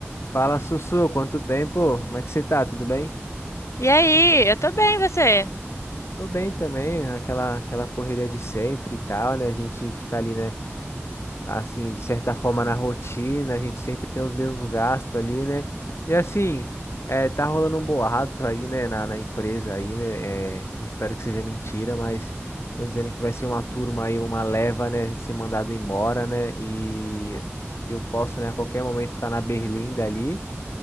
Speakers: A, on the left; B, on the left.
A: Fala, Sussu, quanto tempo? Como é que você tá? Tudo bem?
B: E aí, eu tô bem, você?
A: Tô bem também, aquela aquela correria de sempre e tal, né? A gente fica ali, né, assim, de certa forma na rotina, a gente sempre tem os mesmos gastos ali, né? E assim, é, tá rolando um boato aí, né, na, na empresa aí, né? É, espero que seja mentira, mas estão dizendo que vai ser uma turma aí, uma leva, né, ser mandado embora, né? E eu posso, né, a qualquer momento estar tá na Berlinda ali.